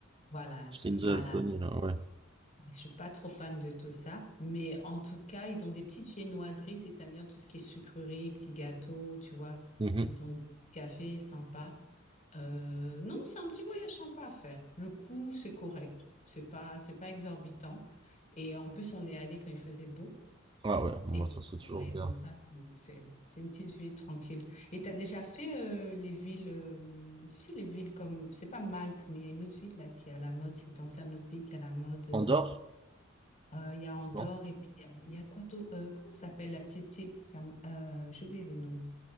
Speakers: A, on the left; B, on the right.
A: Voilà,
B: Schnitzel
A: tout ça là.
B: connu, là, ouais.
A: Je suis pas trop fan de tout ça, mais en tout cas, ils ont des petites viennoiseries si t'aimes bien tout ce qui est sucreries, petits gâteaux, tu vois.
B: Mhm.
A: Ils ont des cafés sympas. Euh, non, c'est un petit voyage sympa à faire. Le coût, c'est correct. C'est pas, c'est pas exorbitant. Et en plus, on est allé quand il faisait beau.
B: Ah ouais,
A: Et
B: moi, ça, c'est
A: euh,
B: toujours
A: ouais,
B: bien.
A: donc ça, c'est, c'est, c'est une petite ville tranquille. Et t'as déjà fait euh, les villes, euh, tu sais, les villes comme, c'est pas Malte, mais il y a une autre ville là qui est à la mode. C'est dans un autre pays qui est à la mode. euh,
B: Andorre,
A: euh, Il y a Andorre
B: non?
A: et puis il y a, il y a quoi d'autre Euh, comment ça s'appelle la petite île? ça me- euh, j'ai oublié le nom.